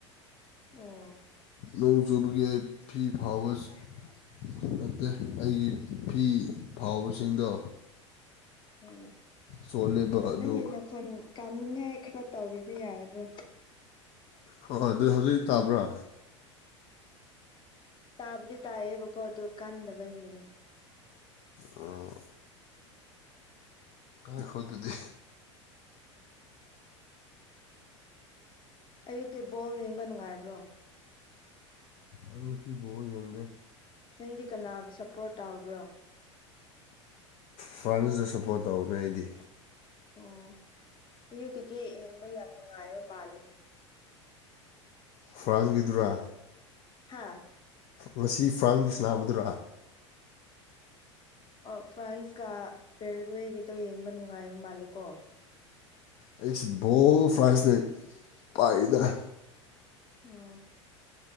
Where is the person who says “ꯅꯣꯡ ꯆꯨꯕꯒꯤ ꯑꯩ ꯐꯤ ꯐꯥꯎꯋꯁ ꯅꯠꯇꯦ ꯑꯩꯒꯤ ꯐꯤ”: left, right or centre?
Left